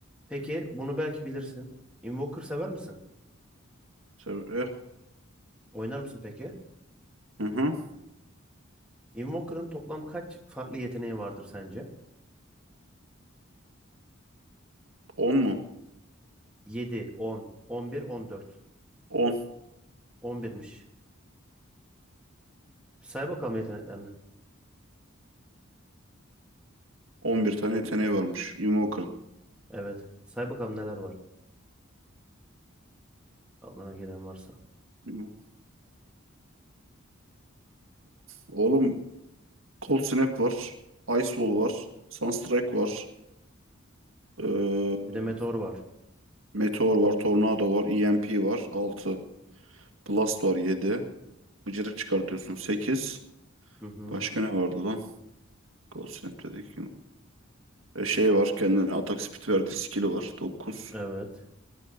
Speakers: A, in the centre; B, on the right.
A: Peki bunu belki bilirsin. Invoker sever misin?
B: Tabii. eh,
A: Oynar mısın peki?
B: Hı hı.
A: Invoker'ın toplam kaç farklı yeteneği vardır sence?
B: 10 mu?
A: 7, 10, 11, 14.
B: On.
A: 11'miş. Bir say bakalım yeteneklerini.
B: On bir tane yeteneği varmış. Invoker'ın.
A: Evet. Say bakalım neler var. Aklına gelen varsa.
B: Invoker. Oğlum Cold Snap var. Ice Wall var. Sunstrike var. Ee,
A: Bir de meteor var.
B: Meteor var. Tornado var. EMP var. altı, Blast var. yedi. Bıcırık çıkartıyorsun. 8.
A: Hı hı.
B: Başka ne vardı lan? Cold Snap dedik. E, şey var. Kendine atak speed verdiği skill'i var. dokuz
A: Evet.